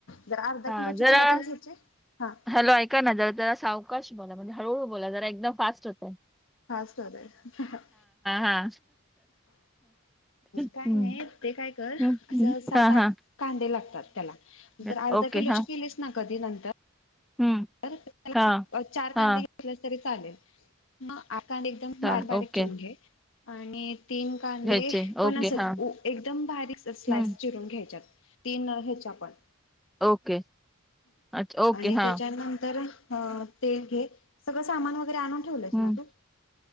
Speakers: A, on the left; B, in the centre.
A: जर अर्धा
B: हा
A: किलोचे
B: जरा
A: केली तरी ह्याचे हा
B: हॅलो ऐका ना जरा जरा सावकाश बोला म्हणजे हळूहळू बोला जरा एकदम फास्ट होते
A: हार हा चालेम्
B: हा हम्म,
A: काही नाही <unintelligible> ते काय कर
B: हम्म,
A: असं
B: हम्म.
A: सात
B: हा
A: आठ
B: हा
A: कांदे लागत त्या
B: हम्म.
A: अर्धा
B: ओके
A: किलो
B: हा
A: केलीस न कधी नंतर
B: हम्म
A: त्याला
B: हा
A: चार
B: हा
A: कांदे घेतले तरी चालेल मग आकार एकदम
B: चालेल
A: बार बारीक
B: ओके
A: चछवून घे आणि तीन कांदे
B: घ्यायचे
A: पण
B: ओके
A: असच
B: हा
A: एकदम बारीक स्लाइस
B: हम्म.
A: चिरून घ्यायच्यात तीन ह्याच्या पण
B: ओके अच्छा ओके
A: आणि
B: हा
A: त्या ते घे सगळ सामान वरे आणून ठेवलंस
B: हम्म.
A: ना तू